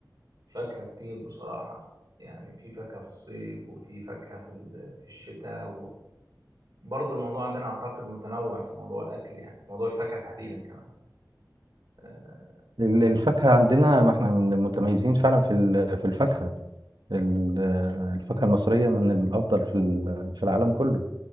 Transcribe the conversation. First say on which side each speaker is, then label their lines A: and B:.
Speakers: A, on the right (about 70°); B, on the right (about 85°).
A: فاكهة كتير بصراحة يعني في فاكهة في الصيف وفي فاكهة في ال- في الشتاء وبرضه الموضوع عندنا اعتقد متنوع في موضوع الاكل يعني موضوع الفاكهة تحديدا كمان آه،
B: ال- الفاكهة عندنا ما احنا من المتميزين فعلا في ال- في الفاكهة ال- الفاكهة المصرية من الأفضل في ال- في العالم كله